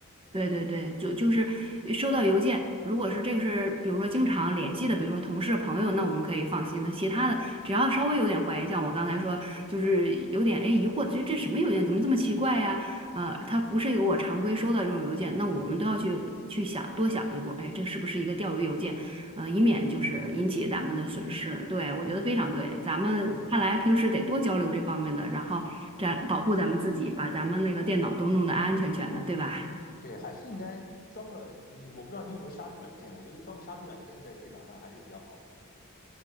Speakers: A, on the right; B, on the left.
A: 对对对，就就是收到邮件，如果是这个是，比如说经常联系的，比如说同事朋友，那我们可以放心的。其他的，只要稍微有点怀疑，像我刚才说，就是有点哎疑惑，这这什么邮件，怎么这么奇怪呀？呃，它不是一个我常规收到这种邮件，那我们都要去去想，多想一步，哎，这是不是一个钓鱼邮件？呃，以免就是引起咱们的损失。对，我觉得非常对，咱们看来平时得多交流这方面的，
B: 对
A: 然后这样保护咱们自己，把咱们那个电脑都弄得安安全全的，对吧？
B: 对，还是应该装个你，我不知道你有没有杀毒软件，我觉得装个杀毒软件在电脑上还是比较好的。